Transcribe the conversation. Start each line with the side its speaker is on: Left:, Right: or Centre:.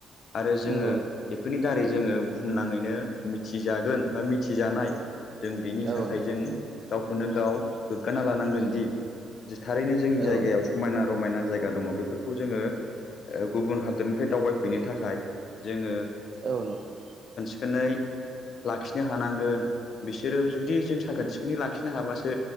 Left: आरो जोङो
Right: नंगौ नोंथां
Left: बेफोरनि दारै जोङो बुहुमनाङैनो मिथिजागोन बा मिथिजानाय जों बिनि
Right: औ
Left: थाखाय
Right: नोंथां
Left: जों गावखौनो गाव गोग्गाना लानांगोन दि दि थारैनो जोंनि
Right: औ
Left: जायगायाव समायना रमायना जायगा जा दङ बेफोरखौ जोङो ओ गुबुन हादरनिफ्राय दावबायफैनो थाखाय जोङो
Right: औ नोंथां।
Left: <unintelligible> लाखिनो हानांगोन बिसोरो जुदि जों साखोन सिखोनै लाखिनो हाबासो